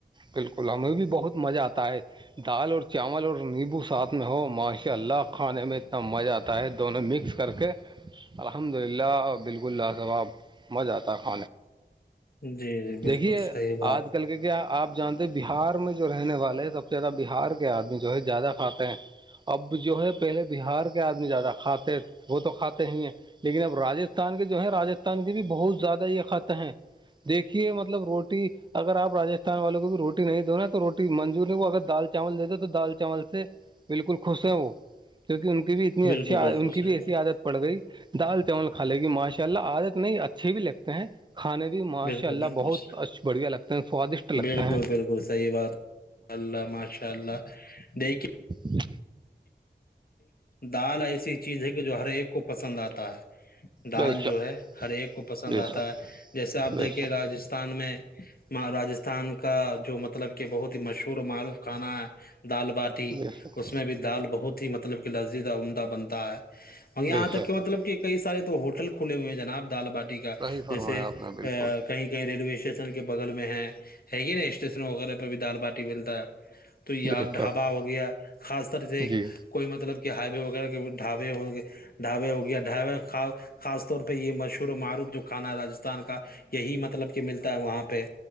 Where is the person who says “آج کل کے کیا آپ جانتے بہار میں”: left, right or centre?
Right